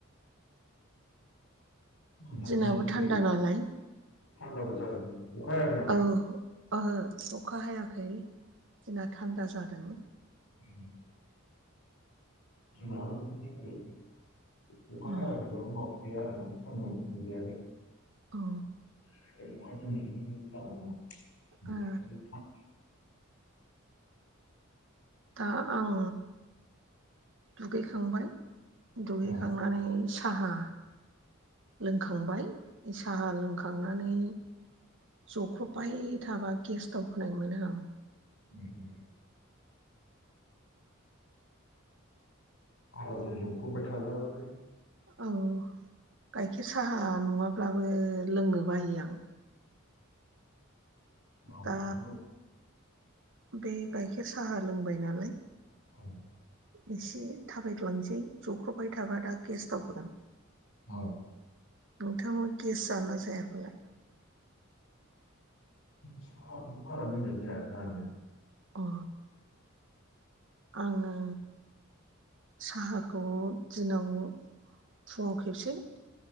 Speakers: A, on the left; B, on the right.
A: मानसिनि
B: दिनाबो
A: मोदोम
B: थान्दा नालाय
A: थान्दाबो जादों अखा हायाखै? नामा
B: औ ओहो अखा हायाखै जोंना थान्दा जादों।
A: <inaudible> जोंनाबो बिदिनो दिनै अखा
B: उम
A: हायाखैबाबो माबा गैया आरोना सान्दुं नुजायाखै।
B: औ।
A: <unintelligible>
B: ओ दा आं दुगैखांबाय दुगैखांनानै
A: औ उम
B: साहा लोंखांबाय साहा लोंखां खांनानै जख्रबबाय थाबा गेस दावखोनाय मोनो आं।
A: <inaudible> आज्राय जख्रबबाय थाजायाबोलै।
B: औ गाइखेर साहा नङाब्लाबो लोंनो बायो आं।
A: मावजागौ
B: दा बे गाइखेर साहा लोंबाय नालाय
A: औ
B: एसे थाबायग्लांसै जख्रबबाय थाबा दा गेस दावखोगोन।
A: औ
B: नोंथांनाव गेस जायोना जाया फालाय
A: साहाखौबो बारा लोंनाय जायाना आङो।
B: अ आङो साहाखौ दिनाव फुङाव खेबसे